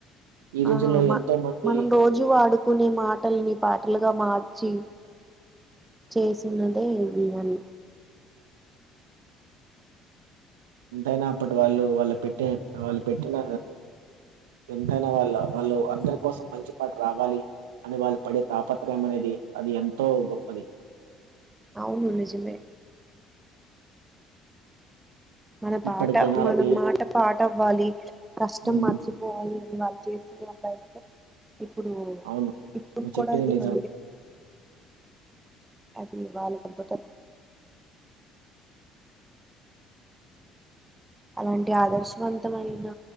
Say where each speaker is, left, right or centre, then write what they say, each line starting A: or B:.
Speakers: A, on the right; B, on the right.
A: ఈ రోజుల్లో
B: ఆ మ
A: ఎంతో మంది
B: మనం రోజు వాడుకునే మాటల్ని పాటలుగా మార్చి చేసినదే ఈ బియాని
A: ఎంతైనా అప్పటి వాళ్ళు వాళ్ళు పెట్టే వాళ్ళు పెట్టిన ఎంతైనా వాళ్ళ వాళ్ళు అందరి కోసం మంచి పాట రావాలి అని వాళ్ళు పడే తాపత్రయం అనేది అది ఎంతో గొప్పది
B: అవును నిజమే మన పాట
A: ఇప్పటి జనాలకి
B: మన మాట పాట అవ్వాలి కష్టం
A: ఉమ్,
B: మంచి పోవాలి వాళ్ళు చేస్తున్నప్పుడయితే ఇప్పుడు
A: అవును
B: ఇప్పుడు
A: నువ్వు చెప్పింది
B: కూడా అది
A: నిజం
B: కొ అది వాళ్ళ అద్భుతం అలాంటి ఆదర్శవంతమైన